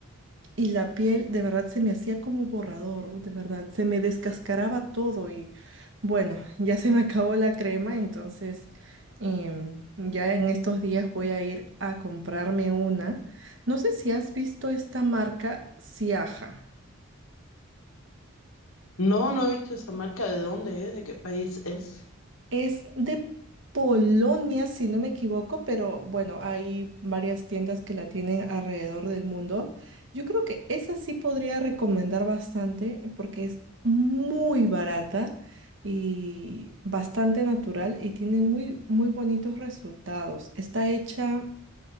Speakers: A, on the right; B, on the left.
A: Y la piel de verdad se me hacía como borrador, de verdad, se me descascaraba todo y bueno, ya se me acabó la crema, entonces em, ya en estos días voy a ir a comprarme una. No sé si has visto esta marca Siaja.
B: No, no he visto esa marca. ¿De dónde es? ¿De qué país es?
A: Es de Polonia, si no me equivoco, pero bueno, hay varias tiendas que la tienen alrededor del mundo. Yo creo que esa sí podría recomendar bastante porque es muy barata y bastante natural y tiene muy, muy bonitos resultados. Está hecha,